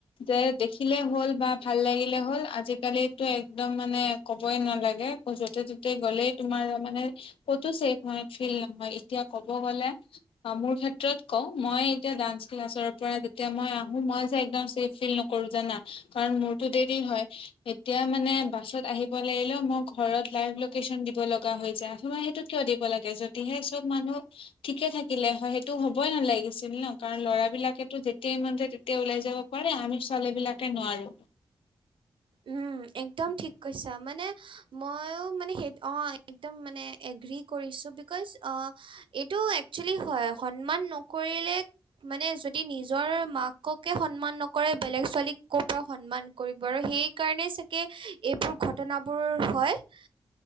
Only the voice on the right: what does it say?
উম! একদম ঠিক কৈছা মানে <unintelligible> ময়ো মানে সেইটো অ একদম মানে এগ্ৰী কৰিছো বিকজ অঁ <unintelligible> এইটো একচুৱেলি হয় সন্মান নকৰিলে <unintelligible> মানে যদি নিজৰ মাককে সন্মান নকৰে, বেলেগ ছোৱালীক কৰ পৰা সন্মান কৰিব আৰু সেই <unintelligible> কাৰণে চাগেবোৰ এইবোৰ ঘটনাবোৰ হয়। <unintelligible>